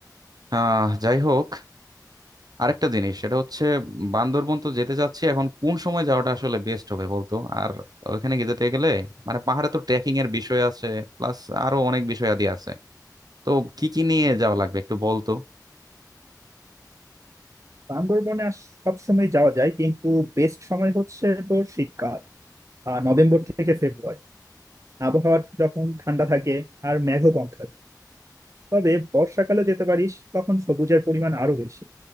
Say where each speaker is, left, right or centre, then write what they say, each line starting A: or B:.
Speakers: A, on the right (about 60°); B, on the right (about 45°).
A: আহ যাই হোক আরেকটা জিনিস সেটা হচ্ছে বান্দরবন তো যেতে চাচ্ছি এখন কোন সময় যাওয়াটা আসলে বেস্ট হবে বলতো আর ওইখানে গিয়ে যেতে গেলে মানে পাহাড়ে তো ট্রেকিং এর বিষয় আছে প্লাস আরো অনেক বিষয় আদি আছে তো কি কি নিয়ে যাওয়া লাগবে একটু বলতো
B: বান্দরবনে সব সময় যাওয়া যায় কিন্তু বেস্ট সময় হচ্ছে তোর শীতকাল আর নভেম্বর থেকে ফেব্রুয়ারি আবহাওয়া যখন ঠান্ডা থাকে আর মেঘও কম থাকে তবে বর্ষাকালে যেতে পারিস তখন সবুজের পরিমাণ আরো বেশি